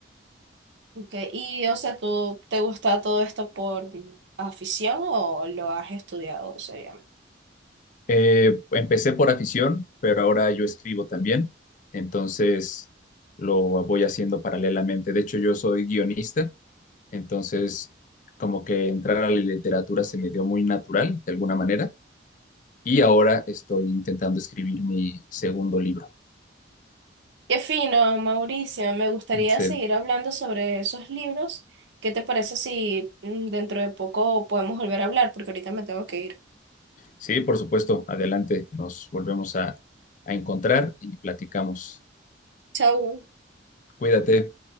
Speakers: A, on the right; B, on the left.
A: Okay. Y, o sea, ¿tú te gusta todo esto por afición o lo has estudiado seriamente?
B: Eh, empecé por afición, pero ahora yo escribo también, entonces lo voy haciendo paralelamente. De hecho, yo soy guionista, entonces como que entrar a la literatura se me dio muy natural, de alguna manera, y ahora estoy intentando escribir mi segundo libro.
A: Qué fino, Mauricio. Me gustaría
B: Sí.
A: seguir hablando sobre esos libros. ¿Qué te parece si mm, dentro de poco podemos volver a hablar? Porque ahorita me tengo que ir.
B: Sí, por supuesto. Adelante. Nos volvemos a, a encontrar y platicamos.
A: Chau.
B: Cuídate.